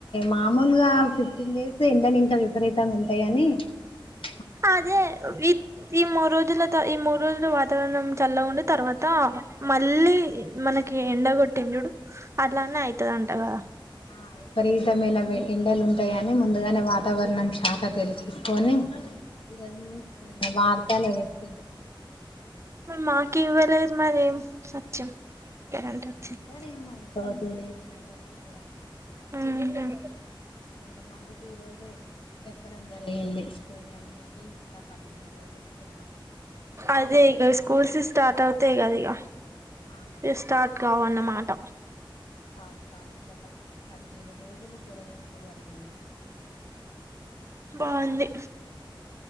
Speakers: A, on the left (about 80°); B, on the right (about 30°).
A: మామూలుగా ఫిఫ్టీన్ డేస్ ఎండ్లు ఇంకా విపరీతంగా ఉంటాయని ఆఆఆ.......
B: అదే విక్ ఈ మూడు రోజుల ఈ మూడు రోజుల వాతావరణం చల్ల ఉండి తర్వాత. మళ్ళీ మనకి ఎండగొట్టింది చూడు అట్లానే అయితంట గదా
A: ఆ.... విపరీతమైన ఎండలు ఉంటాయని ముందుగానే వాతావరణం శాఖ తెలుసుకొని ఈ రోజు న్యూస్ వార్తలు చెప్పిన్రు
B: మాకి ఇవ్వలేదు మరి ఏం సత్యం కరెంట్ వచ్చింది
A: సరేమ్మ ఇంకో టూ డేస్ అందరికీ గూడా
B: ఉహు
A: కొంతమందికి ఈ రోజే చెప్పడం జరిగింది స్కూల్ అన్ని ఇంకా పదిహేను రోజులు సెలవలు
B: అదే ఇగా స్కూల్స్ స్టార్ట్ అవుతాయి గదా ఇగా
A: ఆ
B: ఇ స్టార్ట్ కావన్నమాట....
A: కావు కా ఇంకొక పదిహేను రోజులు పోడగింపు జరిగింది
B: బాగుంది.